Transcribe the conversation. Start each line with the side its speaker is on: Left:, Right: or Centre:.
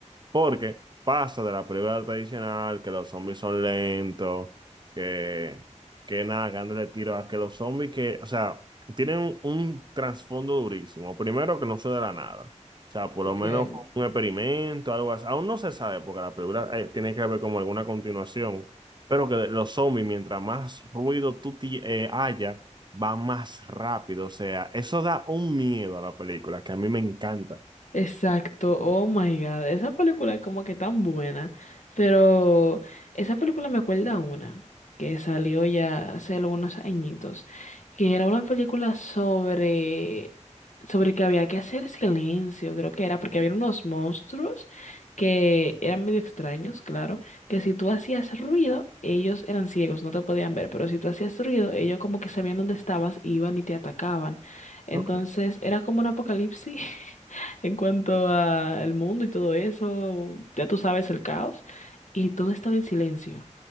Right: Porque pasa de la película tradicional, que los zombies son lentos, que, que nada, dándole tiro a que los zombies que, o sea, tienen un, un trasfondo durísimo. Primero que no se de la nada. O sea, por
Left: Okay.
Right: lo menos fue un experimento, algo así. Aún no se sabe, porque la película eh, tiene que haber como alguna continuación. Pero que de- los zombies, mientras más ruido tú ti- eh, haya, va más rápido, o sea, eso da un miedo a la película que a mí me encanta.
Left: Exacto, oh my God, esa película es como que tan buena, pero esa película me acuerda a una que salió ya hace algunos añitos, que era una película sobre, sobre que había que hacer silencio, creo que era, porque había unos monstruos que eran medio extraños, claro, que si tú hacías ruido, ellos eran ciegos, no te podían ver, pero si tú hacías ruido, ellos como que sabían dónde estabas, iban y te atacaban, entonces
Right: Ok.
Left: era como un apocalipsis. <laughs> En cuanto a el mundo y todo eso, ya tú sabes el caos y todo estaba en silencio.